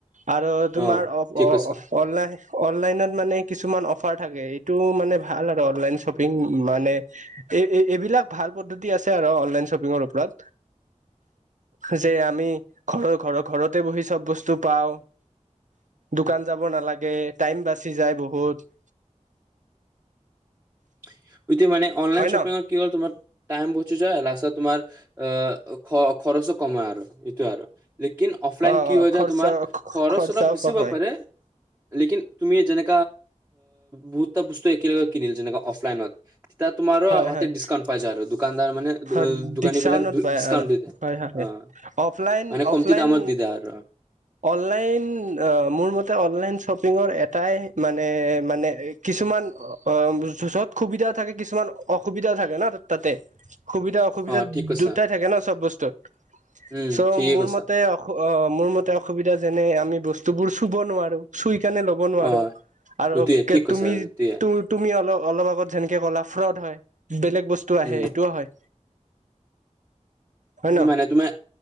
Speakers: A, on the right (about 80°); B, on the right (about 15°).
A: আৰু তোমাৰ
B: অ ঠিক কৈছা
A: অনলাইন অনলাইনত মানে কিছুমান অফাৰ থাকে এইটো মানে ভাল আৰু অনলাইন শ্বপিং মানে এই এইবিলাক ভাল পদ্ধতি আছে আৰু অনলাইন শ্বপিংৰ ওপৰত যে আমি ঘৰৰ ঘৰ ঘৰতে বহি চব বস্তু পাওঁ দোকান যাব নালাগে টাইম বাচি যায় বহুত।
B: হয় যদি মানে অনলাইন
A: হয়
B: শপিংৰ
A: ন
B: কি'ল তোমাৰ টাইম বহু লাচত তোমাৰ অ খ খৰচো কমাই আৰু এইটোয়ে আৰু লেকিন অফলাইন
A: অ
B: কি
A: অ
B: হৈ
A: খৰচা
B: যায় তোমাৰ খৰচ
A: খৰচাও
B: অলপ বেছিব
A: কম হয়
B: পাৰে লেকিন তুমি যেনে বহুতটা বস্তু একেলগে কিনিল যেনেকা অফলাইনত হয় এ তোমাৰাতে
A: হয় হয়
B: ডিছকাউণ্ট পাইায় আৰু- দোকানদাৰ মানে
A: হয়
B: দোকানী
A: ডাউটত
B: বিলাক
A: পায়
B: ডিছকাউণ্ট
A: আৰু
B: দি দিয়ে।
A: হয় হয়
B: অ
A: অফলাইন
B: মানে
A: অফলাইন
B: কমতি দামত দি দিয়ে আৰু
A: অনলাইন মোৰ মতে অনলাইন শ্বপিঙৰ এটাই মানে মানে কিছুমান অ যত সুবিধা থাকে। কিছুমান অসুবিধা থাকে ন তাতে সুবিধা অসুবিধা
B: অ ঠিক কৈছা
A: দুটাই থাকে ন চব বস্তুত
B: উম
A: চ'
B: ঠিকে
A: মোৰ
B: কৈছা।
A: মতে অস অ মোৰ মতে অসুবিধা যেনে আমি বস্তু বস্তুবোৰ চুব নোৱাৰো সণে ল'ব নোৱাৰো
B: অ
A: আৰু
B: এইটোয়ে ঠিক কৈছা
A: তুমি
B: এইটোয়ে
A: তুমি অল অলপ আগত যেনেকে কলা ফ্ৰত হয় বেলেগ বস্তু আহে
B: উম
A: এইটোও হয় হয় ন
B: মানে তোমাৰ